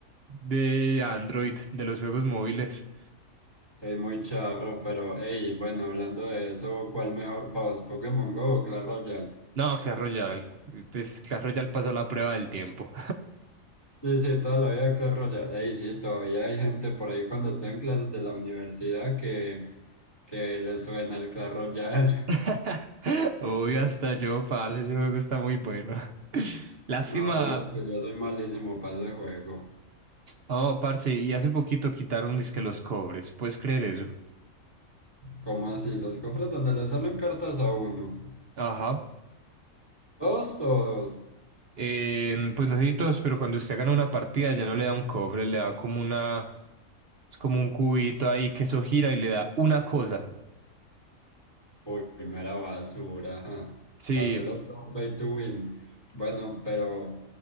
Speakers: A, on the right; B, on the left.
A: de Android, de los juegos móviles.
B: Es muy charro, pero hey, bueno, hablando de eso, ¿cuál mejor para vos, Pokémon Go o Clash Royale?
A: No, Clash Royale. Pues Clash Royale pasó la prueba del tiempo.
B: Sí, sí, toda la vida Clash Royale. Y sí, todavía hay gente por ahí cuando está en clases de la universidad que, que le suena el Clash Royale.
A: <laughs>
B: <laughs>
A: Uy, hasta yo, parce, ese juego está muy bueno. <laughs> Lástima.
B: No, y eso que yo soy malísimo para ese juego.
A: Oh, parce, y hace poquito quitaron disque los cobres. ¿Puedes creer eso?
B: ¿Cómo así? Los cofres donde le salen cartas a uno.
A: Ajá.
B: Todos, todos.
A: Em, pues no sé si todos, pero cuando usted gana una partida ya no le da un cobre, le da como una... Es como un cubito ahí que eso gira y le da una cosa.
B: Uy, primera basura, ajá.
A: Sí.
B: Paselo todo pay to win. Bueno, pero